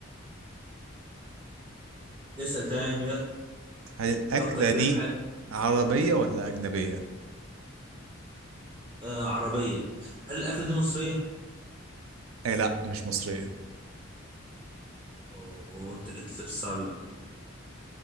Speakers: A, on the right; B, on the right.
A: اسأل تمام يلا
B: هل الاكله
A: فكر
B: دي
A: كده في حاجة
B: عربيه ولا اجنبيه
A: آه عربية هل الأكلة دي مصرية؟
B: اي لا مش مصريه
A: أوه أنت جيت لي في الصعب بقى